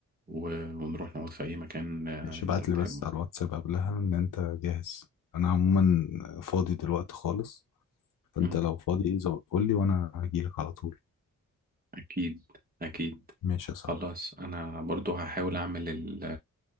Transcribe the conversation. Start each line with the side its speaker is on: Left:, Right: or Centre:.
Right: و- ونروح نقعد في اي مكان آه،
Left: ماشي
Right: انت
Left: ابعت
Right: بتحبه
Left: لي بس على الواتساب قبلها ان انت جاهز انا عموما فاضي دلوقتي خالص فانت
Right: مم.
Left: لو فاضي ايه زو- قول لي وانا هجيلك على طول
Right: اكيد اكيد
Left: ماشي يا صاحبي
Right: خلاص انا برضو هحاول اعمل ال-